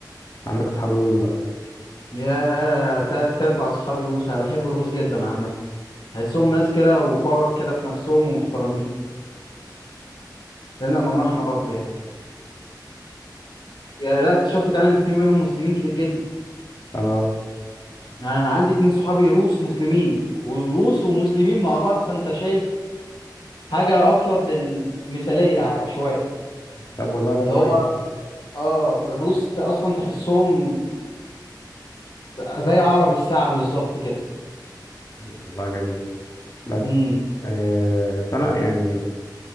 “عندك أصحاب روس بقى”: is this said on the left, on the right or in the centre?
Left